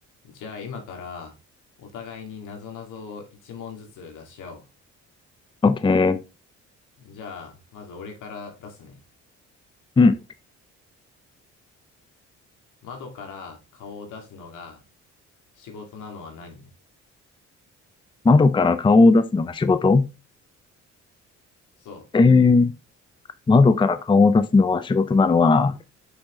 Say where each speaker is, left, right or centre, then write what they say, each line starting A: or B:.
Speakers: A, on the left (about 80°); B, on the left (about 15°).
A: じゃあ今からお互いになぞなぞを一問ずつ出し合おう。
B: OK。
A: じゃあ、まず俺から出すね。
B: うん。
A: 窓から顔を出すのが仕事なのは何
B: 窓から顔を出すのが仕事
A: そう。
B: えー、窓から顔を出すのは仕事なのは、